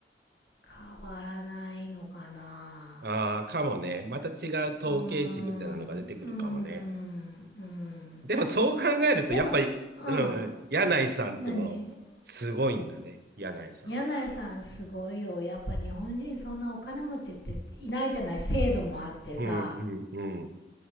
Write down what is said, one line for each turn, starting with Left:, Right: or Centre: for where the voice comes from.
Left: 変わらないのかな。
Right: ああ、かもね。また違う統計値みたいなのが出てくるかもね。
Left: うーん、うーん、うん。
Right: でもそう考えると、
Left: でも、
Right: やっぱり、
Left: うん。
Right: うんうん、柳井さんってもう、
Left: 何
Right: すごいんだね。柳井さん。
Left: 柳井さんすごいよ。やっぱ日本人そんなお金持ちっていないじゃない制度もあってさ、
Right: うん、うん、うん。